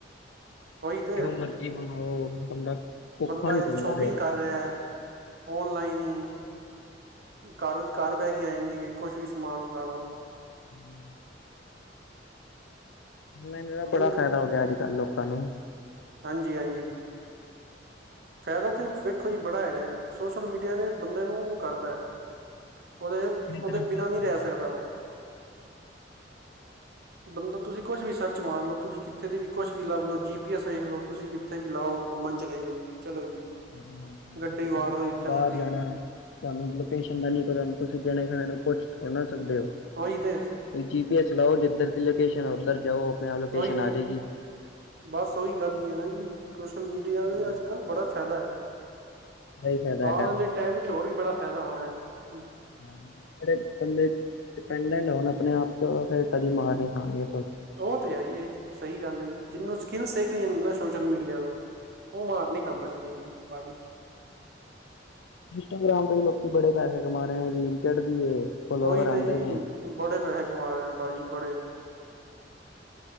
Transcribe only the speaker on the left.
ਜੋ, ਮਰਜੀ ਮੰਗਵਾਓ। ਬੰਦਾ। ਭੁੱਖਾ
ਨੀ
ਸੌਂਦਾ
ਫਿਰ
ਹਮ <inaudible> ਲਾਈਨ
ਬੜਾ, ਫ਼ਾਇਦਾ
ਹੋ ਗਿਆ। ਅੱਜ ਕੱਲ ਲੋਕਾਂ ਨੂੰ।
ਆਪਣੀ
ਤਰ <unintelligible>
ਜਾ
ਹਾਂ। ਹਾਂਜੀ,
ਬਾਹਰ
ਜਾਣਾ ਹੈ। ਤੁਹਾਨੂੰ ਲੋਕੇਸ਼ਨ ਦਾ ਨੀ ਪਤਾ। ਤੁਸੀਂ ਜਣੇ-ਖਏ, ਨੂੰ ਪੁੱਛ ਥੋੜੀ ਨਾ ਸਕਦੇ ਹੋ।
ਜੀ ਪੀ ਐਸ ਚਲਾਓ ਜਿੱਧਰ ਦੀ ਲੋਕੇਸ਼ਨ, ਉੱਧਰ ਜਾਓ, ਆਪਣੇ ਆਪ, ਲੋਕੇਸ਼ਨ
ਆ ਜਾਏਗੀ।
ਹਾਂ
ਸਹੀ ਫ਼ਾਇਦਾ ਹੈਗਾ
ਜਿਹੜੇ, ਬੰਦੇ ਡਿਪੈਂਡਟ ਹੋਣ, ਆਪਣੇ ਆਪ ਚ ਔਹ ਤੇ, ਕਦੀ ਮਾਰ, ਨਹੀਂ ਖਾਾਂਣਗੇ ਜੀ।
ਇੰਸਟਾਗ੍ਰਾਮ, ਤੋਂ ਵੀ, ਲੋਕੀ ਬੜੇ ਪੈਸੇ, ਕਮਾ ਰਹੇ ਹੈ। ਰੀਲ, ਚੜਦੀ ਏ। ਫੋਲੋਵਰ
ਆਉਂਦੇ
ਨੇ